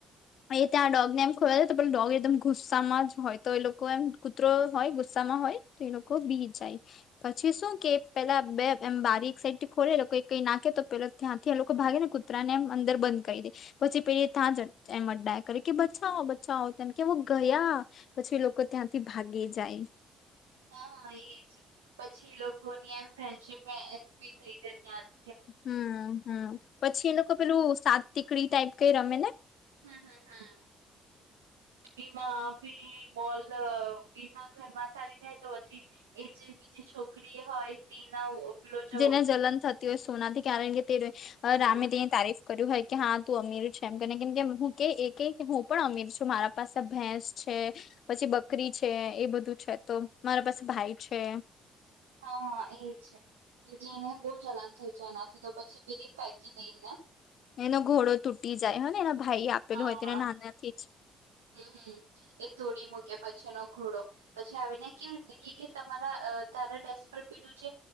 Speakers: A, on the left; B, on the right.
A: એ ત્યાં ડોગને એમ ખોલો તો પેલુ ડોગ એકદમ ગુસ્સામાં જ હોય તો એ લોકો એમ કૂતરો હોય ગુસ્સામાં હોય તો એ લોકો બી જાય પછી શું કે પેલા બે એમ બારીક સાઈડ થી ખોલે લોકો કઈ નાખે તો પેલા ત્યાં થી એ લોકો ભાગે ને કૂતરાને એમ અંદર બંધ કરી દે પછી પેલી તાં જ એમ ડાઇ કરી કે બચાવો બચાવો તેમ કેવુ ગયા પછી લોકો ત્યાંથી ભાગી જાય
B: હા હા એ જ પછી લોકો ની એમ ફ્રેન્ડશીપ બી થઈ જાય ત્યા જ
A: હમ હમ પછી એ લોકો પેલું સાતટીકડી ટાઈપ કઈ રમે ને
B: હમ હમ હમ એમાં પેલી બોલ એના ઘરમાં ચાલી જાય તો પછી એ જે બીજી છોકરી હોય તેના પેલો જો
A: જેને જલન થતી હોય સોનાથી કારણ કે રમે
B: હમ
A: તેની તારીખ કર્યું હોય કે હા તું અમીર છે એમ કરીને કેમ કે હું કે એ કે હું પણ અમીર છું મારા પાસે ભેશ છે એ પછી બકરી છે એ બધું છે તો મારા પાસે ભાઈ છે
B: હા હા એજ એટલીને બહુ જલન થઈ જાય એનાથી તો પછી પેલી ફેંકી દઈ ને
A: એનો ઘોડો તૂટી જાય હ ને એના ભાઈ આપેલું
B: હા
A: હોય તેને
B: હમ
A: નાનાથી જ
B: હમ એ થોડી કે પછી એનો ઘોડો પછી આવીને કેવી રીતે કે કે તમારા તારા ડેસ પર પેલું છે